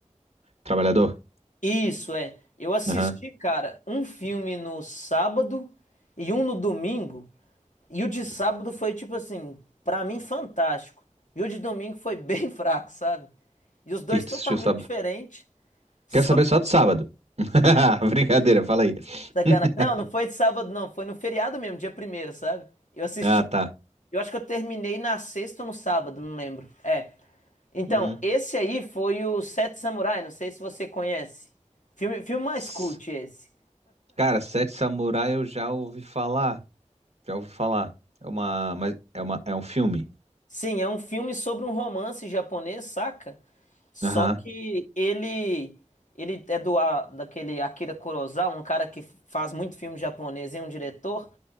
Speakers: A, on the right (about 60°); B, on the left (about 85°).
A: trabalhador.
B: Isso é. Eu assisti,
A: Aham. O
B: cara, um filme no sábado e um no domingo. E o de sábado foi tipo assim, pra mim fantástico. E o de domingo foi bem <laughs> fraco, sabe? E os dois
A: que que tu
B: totalmente
A: assistiu sábado?
B: diferentes. Só
A: Quero saber só do sábado. <laughs> Brincadeira, fala aí.
B: sacanagem.
A: <laughs>
B: Não, não foi de sábado, não. Foi no feriado mesmo, dia primeiro, sabe? Eu assisti.
A: Ah, tá.
B: Eu acho que eu terminei na sexta ou no sábado, não lembro. É. Então,
A: Uhum.
B: esse aí foi o Sete Samurai, não sei se você conhece. Filme, filme mais
A: S-
B: cult esse.
A: Cara, Sete Samurai eu já ouvi falar. Já ouvi falar. É uma, mas é uma, é um filme.
B: Sim, é um filme sobre um romance japonês, saca? Só
A: Aham,
B: que ele ele é do a- daquele Akira Kurosawa, um cara que faz muito filme japonês e é um diretor,